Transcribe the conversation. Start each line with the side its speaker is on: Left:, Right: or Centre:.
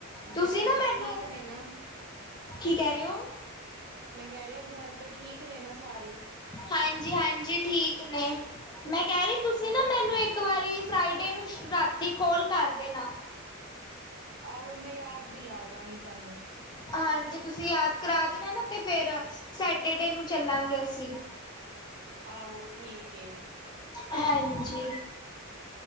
Left: ਤੁਸੀਂ
Right: ਘਰ
Left: ਨਾ
Right: ਦੇ
Left: ਮੈਨੂੰ-
Right: ਠੀਕ ਨੇ ਨਾ
Left: ਕੀ ਕਹਿ ਰਹੇ ਹੋ?
Right: ਮੈਂ ਕਹਿ ਰਹੀ ਹਾ ਘਰ ਦੇ ਠੀਕ ਨੇ ਨਾ ਸਾਰੇ।
Left: ਹਾਂਜੀ- ਹਾਂਜੀ ਠੀਕ ਨੇ। ਮੈਂ ਕਹਿ ਰਹੀ ਤੁਸੀਂ
Right: ਉਹ
Left: ਨਾ ਮੈਨੂੰ ਇੱਕ ਵਾਰੀ ਫਰਾਈਡੇ ਨੂੰ ਰਾਤੀ ਕੋਲ ਕਰ ਦੇ ਦੇਣਾ।
Right: ਆਹੋ ਮੈਂ ਯਾਦ ਦਿਲਾ ਦਵਾਂਗੀ ਤੁਹਾਨੂੰ।
Left: ਹਾਂਜੀ, ਤੁਸੀਂ ਯਾਦ ਕਰਾ ਦੇਣਾ ਨਾ ਤੇ ਫਿਰ ਸੈਟਰਡੇ ਨੂੰ ਚੱਲਾਂਗੇ ਅਸੀਂ।
Right: ਆਹੋ ਠੀਕ ਏ।
Left: ਹਾਂਜੀ।